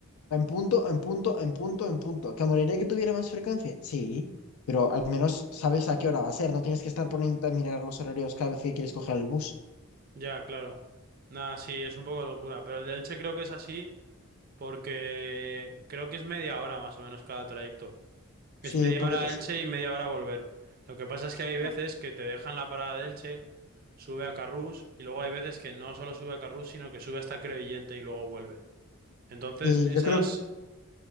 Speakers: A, on the left (about 80°); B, on the right (about 40°).
A: en punto, en punto, en punto, en punto. ¿Que moriría que tuviera más frecuencia? Sí, pero al menos sabes a qué hora va a ser. No tienes que estar poniendo a mirar los horarios cada vez que quieres coger el bus.
B: Ya, claro. Nada, sí, es un poco locura. Pero el de Elche creo que es así porque creo que es media hora más o menos cada trayecto.
A: Sí,
B: Es media
A: puedes.
B: hora a Elche y media hora a volver. Lo que pasa es que hay
A: No.
B: veces que te dejan la parada de Elche, sube a Carrús y luego hay veces que no solo sube a Carrús, sino que sube hasta Crevillente y luego vuelve. Entonces,
A: Sí,
B: esas
A: yo creo